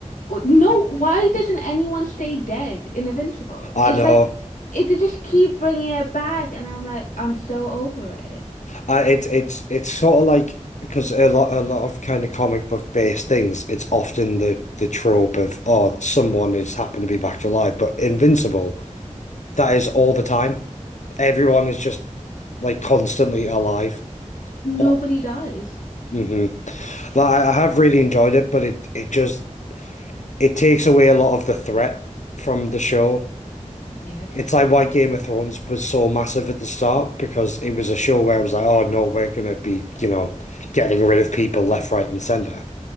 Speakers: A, on the left; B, on the left.
A: W- No, why doesn't anyone stay dead in Invincible?
B: I
A: It's
B: know.
A: like it they just keep bringing it back, and I'm like I'm so over it.
B: I it's it's it's sort of like because a lot a lot of kind of comic book based things, it's often the the trope of oh someone has happened to be back alive, but Invincible, that is all the time. everyone is just like constantly alive.
A: Nobody
B: Oh,
A: dies.
B: hmm Like I I have really enjoyed it, but it it just it takes away a lot of the threat from the show.
A: Yes.
B: It's like why Game of Thrones was so massive at the start because it was a show where it was like, oh no, we're gonna be, you know, getting rid of people left, right, and center.